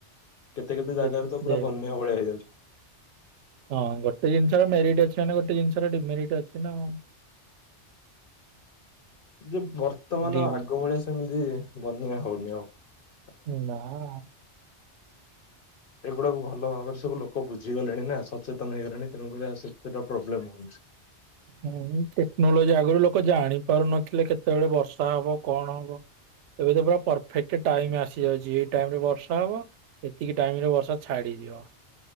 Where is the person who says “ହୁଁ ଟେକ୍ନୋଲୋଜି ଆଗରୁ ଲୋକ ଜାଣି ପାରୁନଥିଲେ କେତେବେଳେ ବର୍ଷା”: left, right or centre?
Right